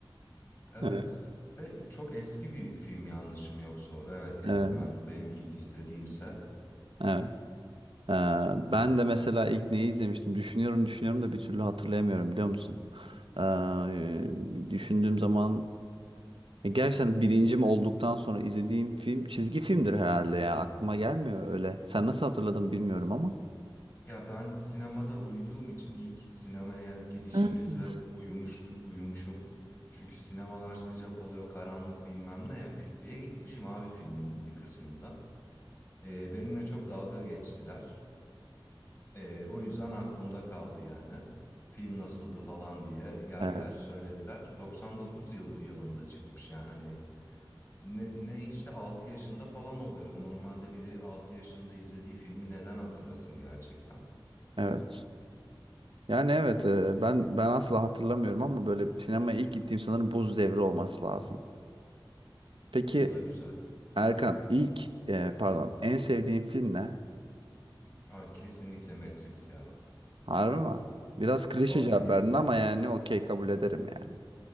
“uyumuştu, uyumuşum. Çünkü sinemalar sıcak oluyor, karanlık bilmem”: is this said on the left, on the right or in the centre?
Left